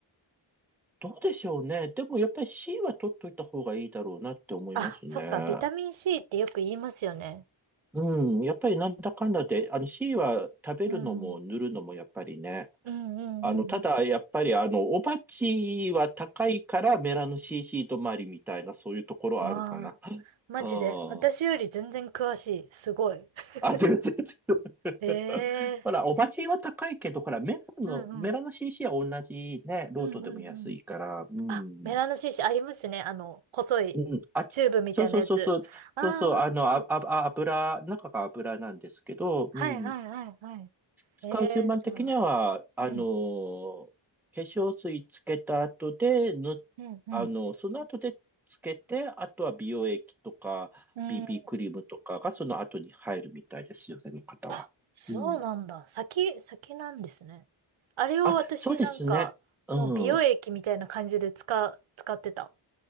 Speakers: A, in the centre; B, on the right (about 80°).
A: どうでしょうね。でも、やっぱり C は取っといた方がいいだろうなって思いますね。
B: あ、そっか、ビタミン C ってよく言いますよね。
A: うん。やっぱりなんだかんだで、あの C は食べるのも塗るのもやっぱりね。
B: うん。うんうんうん。
A: あの、ただ、やっぱりあの、おばちは高いからメラノ CC 止まりみたいな、そういうところはあるかな。
B: ああ、マジで、
A: う
B: 私より全然詳しい。
A: ん。
B: すごい。<laughs>
A: あ、全然、全然 <laughs>
B: ええ
A: ほら、お鉢は高いけど、ほら、メラの、
B: うんうん。
A: メラの CC は同じね、ロートでも安いから、
B: うんうんうん。
A: うん。
B: あ、メラノシーシありますね。あの、細いチューブみたいなやつ。
A: うん、あち、そうそうそうそう、
B: ああ、
A: そうそう、あの、あ、
B: ああ
A: あ、あ油、中が油なんですけど、
B: はいはいはいはい。
A: うん。使う順番的には、
B: えー、じゃあ、
A: あの、
B: うん、
A: 化粧水つけた後で、ぬ、
B: うん、うん、
A: あの、その後でつけて、あとは美容液とか、
B: うん。
A: BB クリームとかがその後に入るみたいですよね、の方は。
B: あ、そうなんだ。
A: うん。
B: 先、先なんですね。あれを私なんか、
A: あ、そうですね。うん。
B: もう美容液みたいな感じで使、使ってた。